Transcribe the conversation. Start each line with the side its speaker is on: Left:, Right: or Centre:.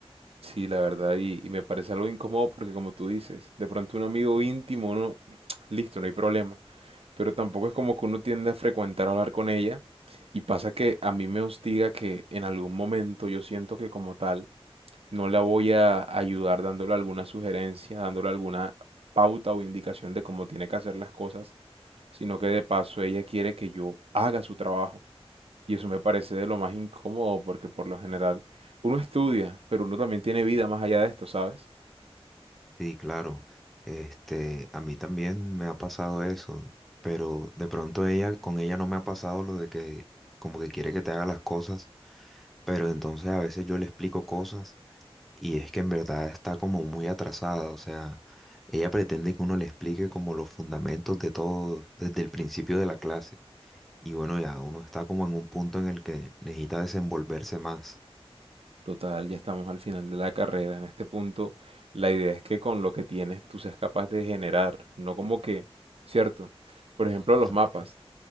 Right: Sí, la verdad, y, y me parece algo incómodo porque como tú dices, de pronto un amigo íntimo, no, <tsk> listo, no hay problema, pero tampoco es como que uno tiende a frecuentar hablar con ella y pasa que a mí me hostiga que en algún momento yo siento que como tal no la voy a ayudar dándole alguna sugerencia, dándole alguna pauta o indicación de cómo tiene que hacer las cosas, sino que de paso ella quiere que yo haga su trabajo. Y eso me parece de lo más incómodo porque por lo general uno estudia, pero uno también tiene vida más allá de esto, ¿sabes?
Centre: Sí, claro. Este, a mí también me ha pasado eso, pero de pronto ella, con ella no me ha pasado lo de que como que quiere que te haga las cosas, pero entonces a veces yo le explico cosas y es que en verdad está como muy atrasada, o sea, ella pretende que uno le explique como los fundamentos de todo desde el principio de la clase y bueno, ya uno está como en un punto en el que necesita desenvolverse más.
Right: Total, ya estamos al final de la carrera. En este punto, la idea es que con lo que tienes tú seas capaz de generar, no como que, ¿cierto? Por ejemplo,
Centre: Exacto.
Right: los mapas.